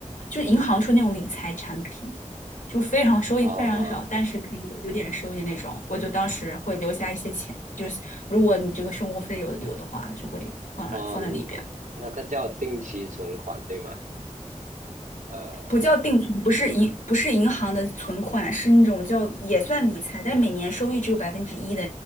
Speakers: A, on the left; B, on the right.
A: 就是银行出那种理财产品，就非常收益非常少，
B: 哦
A: 但是可以有有点收益那种。我就当时会留下一些钱，就是如果你这个生活费有留的话，就会放放在里边。
B: 哦，那个叫定期存款，对吗？呃。
A: 不叫定存，不是银不是银行的存款，是那种叫也算理财，但是每年收益只有百分之一的